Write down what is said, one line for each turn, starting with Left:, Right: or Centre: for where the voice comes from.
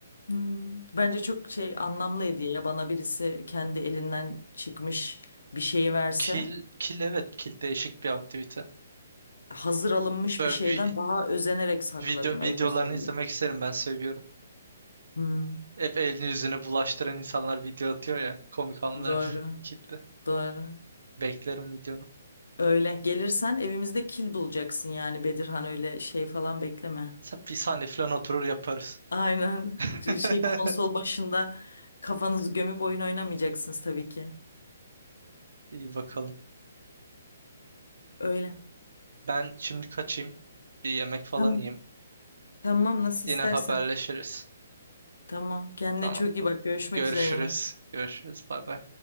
Left: Hmm, Bence çok şey anlamlı hediye ya bana birisi kendi elinden çıkmış bir şeyi verse
Right: Kil, kil evet kil değişik bir aktivite.
Left: hazır alınmış
Right: Böyle
Left: bir şeyden
Right: vi-
Left: daha özenerek saklarım
Right: video, videolarını
Left: öyle söyleyeyim.
Right: izlemek isterim ben seviyorum.
Left: Hmm,
Right: Hep elini yüzünü bulaştıran insanlar video atıyor ya. Komik anlarım
Left: doğru,
Right: <laughs> kilitli.
Left: doğru.
Right: Beklerim videonu.
Left: Öyle gelirsen evimizde kil bulacaksın yani Bedirhan öyle şey falan bekleme.
Right: Tabii bir saniye falan oturur yaparız.
Left: Aynen
Right: <laughs>
Left: şey konsol başında kafanızı gömüp oyun oynamayacaksınız tabii ki.
Right: İyi bakalım.
Left: Öyle.
Right: Ben şimdi kaçayım. Bir yemek falan
Left: Tamam,
Right: yiyeyim.
Left: tamam nasıl
Right: Yine
Left: istersen.
Right: haberleşiriz.
Left: Tamam kendine
Right: Tamam.
Left: çok iyi bak görüşmek
Right: Görüşürüz.
Left: üzere yine.
Right: Görüşürüz. Bay bay.